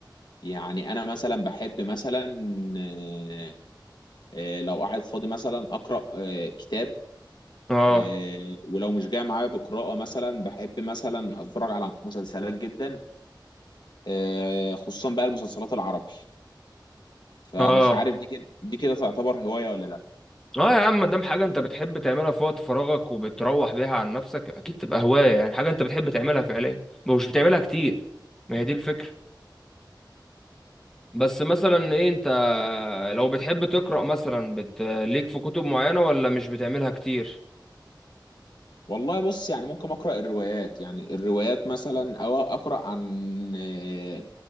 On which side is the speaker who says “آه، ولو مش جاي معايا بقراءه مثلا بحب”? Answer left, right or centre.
Left